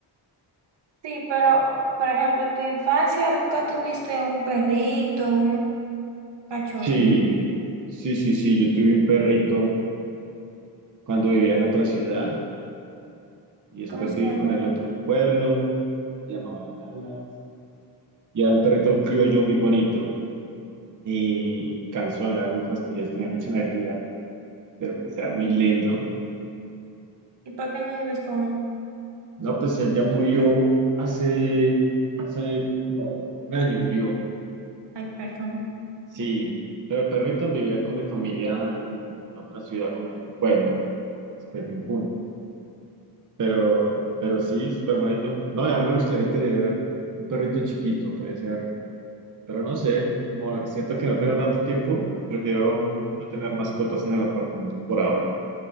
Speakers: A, on the right; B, on the right.
A: Sí, pero, por ejemplo, en tu infancia nunca tuviste un perrito, un cachorrito.
B: Sí, sí, sí, sí, yo tuve un perrito cuando vivía en otra ciudad y después
A: ¿Cómo se
B: viví
A: llamaba?
B: con el otro pueblo, llamaba Dallas, y era un perrito criollo muy bonito y cansón, era muy fastidioso, tenía mucha energía, pero pues era muy lindo.
A: ¿Y por qué no vives con él?
B: No, pues él ya murió hace, hace como un año murió,
A: Ay, perdón.
B: sí, pero el perrito vivía con mi familia en, en otra ciudad, como en otro pueblo, después de un punto. Pero, pero sí, súper bonito. No, y a mí me gustaría tener un perrito chiquito, puede ser. Pero no sé, como siento que no tengo tanto tiempo, prefiero no tener mascotas en el apartamento por ahora.